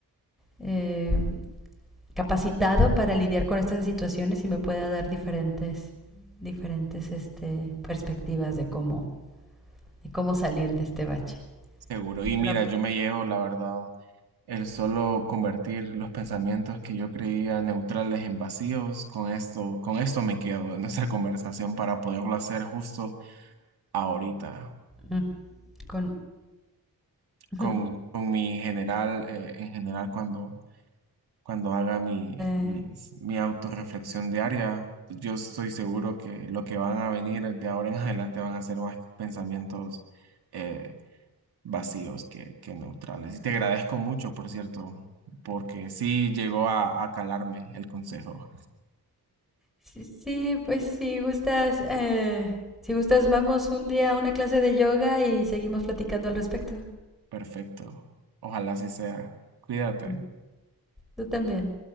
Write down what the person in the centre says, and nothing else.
eh, capacitado para lidiar con estas situaciones y me pueda dar diferentes diferentes este perspectivas de cómo de cómo salir de este bache.
Pero
mm, con... <laughs>
eh,
sí, sí, pues si gustas, eh, si gustas, vamos un día a una clase de yoga y seguimos platicando al respecto.
Mm, Tú también.